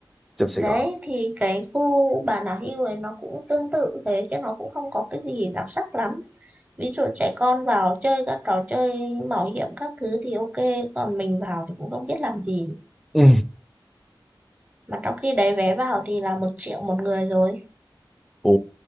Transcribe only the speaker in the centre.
trong Sài
Gòn
ừ.
Ồ,